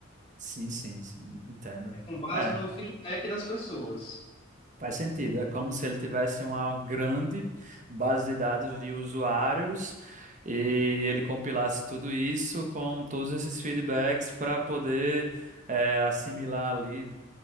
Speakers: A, on the right; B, on the left.
A: Sim, sim, sim, entendo.
B: com base
A: É,
B: no feedback das pessoas.
A: faz sentido. É como se ele tivesse uma grande base de dados de usuários e ele compilasse tudo isso com todos esses feedbacks para poder. é, assimilar ali,